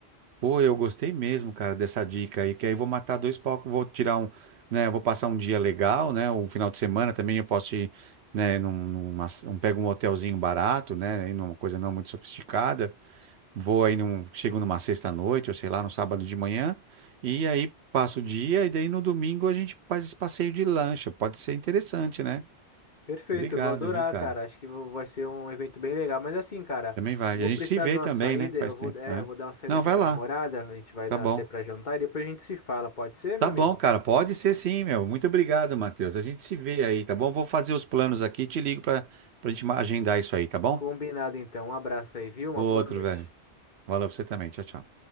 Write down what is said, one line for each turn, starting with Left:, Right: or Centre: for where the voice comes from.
Right: Pô, eu gostei mesmo, cara, dessa dica aí, que aí eu vou matar dois palcos, vou tirar um, né, vou passar um dia legal, né, um final de semana também eu posso ir, né, num, numa, um, pego um hotelzinho barato, né, e numa coisa não muito sofisticada. Vou aí num, chego numa sexta-noite, ou sei lá, no sábado de manhã, e aí passo o dia, e daí no domingo a gente faz esse passeio de lancha. Pode ser interessante, né?
Left: Perfeito,
Right: Obrigado,
Left: eu vou adorar,
Right: viu, cara?
Left: cara. Acho que vou- vai ser um evento bem legal. Mas assim, cara,
Right: Também vai.
Left: eu vou
Right: E a gente
Left: precisar
Right: se vê
Left: de uma
Right: também,
Left: saída.
Right: né? Faz
Left: Eu vou,
Right: tempo.
Left: é,
Right: né?
Left: eu vou dar uma saída
Right: Não,
Left: com
Right: vai
Left: a minha
Right: lá.
Left: namorada. A gente vai
Right: Tá
Left: dar
Right: bom.
Left: sair pra jantar e depois a gente se fala. Pode ser, meu
Right: Tá
Left: amigo?
Right: bom, cara. Pode ser sim, meu. Muito obrigado, Matheus. A gente se vê aí, tá bom? Vou fazer os planos aqui e te ligo pra, pra gente ma- agendar isso aí, tá bom?
Left: Combinado, então. Um abraço aí, viu? Uma boa
Right: Outro,
Left: noite.
Right: velho. Valeu pra você também. Tchau, tchau.